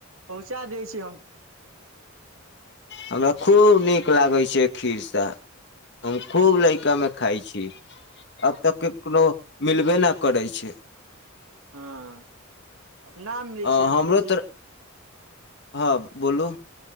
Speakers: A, on the right; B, on the left.
A: पहुँचा दै छी हम
B: हमरा खूब नीक लागै छै खीरसा हम खूब लइकामे खाइ छी आब त केकनो मिलबे नहि करै छै
A: हँ अब न मिलै
B: आ
A: छै
B: हमरो
A: जे
B: तर हँ बोलू